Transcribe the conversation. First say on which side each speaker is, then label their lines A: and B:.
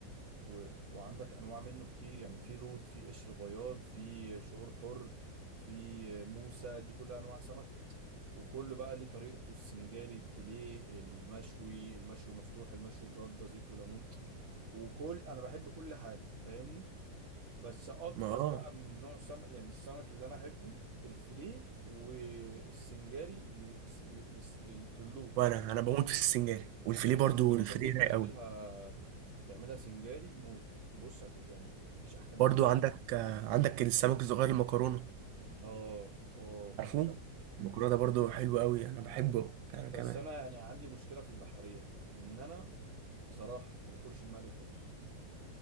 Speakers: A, on the right; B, on the right.
A: و... وعندك انواع منه كتير يعني في لوط في قشر بياض في شعور حر في موسى دي كلها انواع سمك وكله بقى ليه طريقته السنجاري الفيليه المشوي المشوي مفتوح المشوي برده زيت وليمون وكل انا بحب كل حاجه فاهمني بس اكتر
B: ما اه
A: بقى من نوع سمك يعني السمك اللي انا احبه الفيليه والسنجاري لل- لل- لل- للوط
B: وانا انا بموت في السنجاري والفيليه
A: تمسك
B: برضه
A: السمكه
B: الفيليه
A: اللوط
B: رايق
A: تعملها
B: قوي
A: تعملها سنجاري موت بص هت... يعني مفيش احلى من
B: برضو
A: كده
B: عندك آه، عندك السمك الصغير المكرونه
A: اه اه بعشقه
B: عارفوه المكرونه ده برضو حلو قوي انا بحبه انا
A: بس
B: كمان
A: انا يعني عندي مشكله في البحريات ان انا بصراحه ما باكلش المقلي خالص